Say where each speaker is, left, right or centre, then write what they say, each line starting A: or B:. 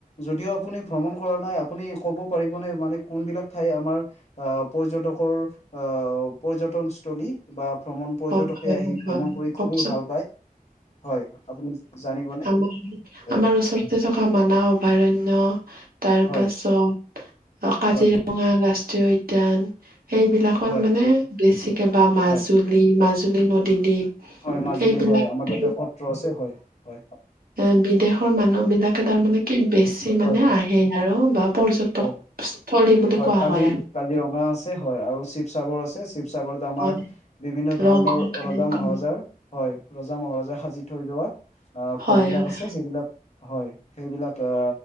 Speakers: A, on the left; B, on the right.
A: যদিও আপুনি ভ্ৰমণ কৰা নাই, আপুনি ক'ব পাৰিবনে মানে, কোনবিলাক ঠাই আমাৰ আ পৰ্যটকৰ আ পৰ্যটকস্থলী বা ভ্ৰমণ পৰ্যটকে
B: হয়, হয়,
A: আহি,
B: হয়, হয়,
A: ভ্ৰমণ কৰি
B: কওকচোন।
A: খুবেই ভাল পায়। হয়, আপুনি জানিবনে?
B: আমাৰ
A: হয়
B: আমাৰ ওচৰতে থকা মানাহ অভয়াৰণ্য, তাৰ
A: হয়
B: পাছত অ' কাজিৰঙা
A: হয়
B: ৰাষ্ট্ৰীয় উদ্যান সেইবিলাকত
A: হয়
B: মানে বেছিকে বা মাজুলী,
A: হয়
B: মাজুলী নদীদ্বীপ।
A: হয়, মাজুলী
B: সেইবিলাক
A: হয়, আমাৰ
B: ঠাইত
A: তাতে সত্ৰ আছে, হয়, হয়।
B: এ বিদেশৰ মানুহবিলাকে তাৰমানে কি, বেছি মানে
A: হয়
B: আহে আৰু বা পৰ্যটকস্থলী
A: হয়।
B: বুলি
A: হয়
B: কোৱা
A: কাজি
B: হয় আৰু
A: কাজিৰঙা আছে, হয়, আৰু শিৱসাগৰ আছে, শিৱ শিৱসাগৰত আমাৰ,
B: হয়
A: বিভিন্ন ধৰণৰ
B: ৰংঘৰ কাৰেংঘৰ
A: ৰজা-মহাৰজা, হয়, ৰজা-মহাৰজা সাজি থৈ যোৱা আ
B: হয়
A: ঘৰবিলাক
B: হয়
A: আছে, সেইবিলাক হয়, সেইবিলাক আ